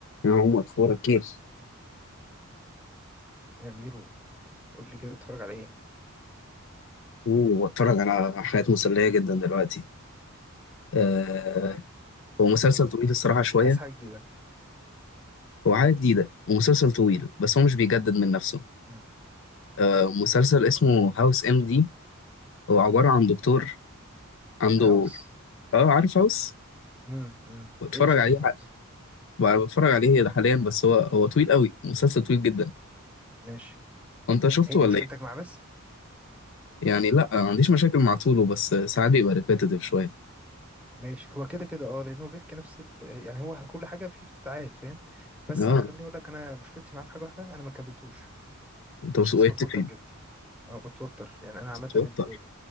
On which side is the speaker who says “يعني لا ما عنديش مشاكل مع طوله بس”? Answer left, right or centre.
Left